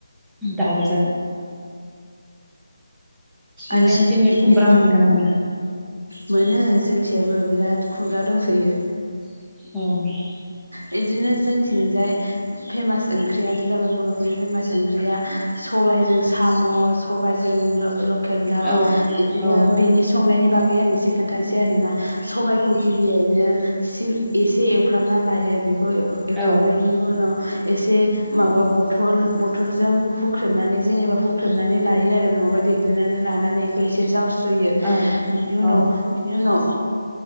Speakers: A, in the centre; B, on the right.
A: दाउजों। नोंसिनिथिंलाय
B: आरो इदिनो
A: खुमब्रा मोनगोन ना मोना
B: मोनो जों थिंजायबो बिराद खुमब्रा दंसोयो!
A: औ-
B: बिदिनो जोंथिंजाय फेमास ओंख्रियानो जाबाय बर'फोरनि फेमास ओंख्रिया सबाइ स सबाइजों साम सबाइ जों ल लकेल दाउ
A: औ
B: बिदिनो
A: औ
B: बिनि संनायनि बागै आं एसे खोन्थानोसै आरोना सबायखौ गिबियैनो एसे एसे एवफ्रामना लायो बेखौ एव एवखांनायनि
A: औ
B: उनाव एसे माबा बथल बथलजों हुख्रेमनानै जेनेबा हुख्रेमनानै लायो आरो नङाबा देग्लिनानै लानानै बेखौ एसे जावस्रो सोयो
A: औ
B: बिनि उनाव
A: औ
B: बिनि उनाव